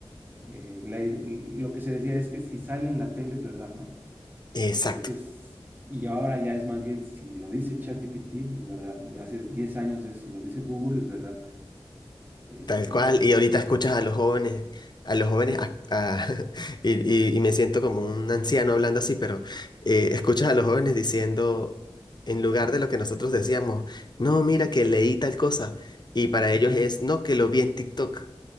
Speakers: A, on the right; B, on the left.
A: eh, la i- el- lo que se decía es que si sale en la tele es verdad, ¿no?
B: exacto,
A: Porque antes, y ahora ya es más bien si lo dice ChatGPT es verdad, y hace 10 años es si lo dice Google es verdad. Este,
B: tal cual. Y ahorita escuchas a los jóvenes, a los jóvenes, a- a- <laughs> y, y- y me siento como un anciano hablando así, pero eh, escuchas a los jóvenes diciendo, en lugar de lo que nosotros decíamos, no, mira que leí tal cosa. Y para ellos
A: ujú,
B: es, no, que lo vi en TikTok.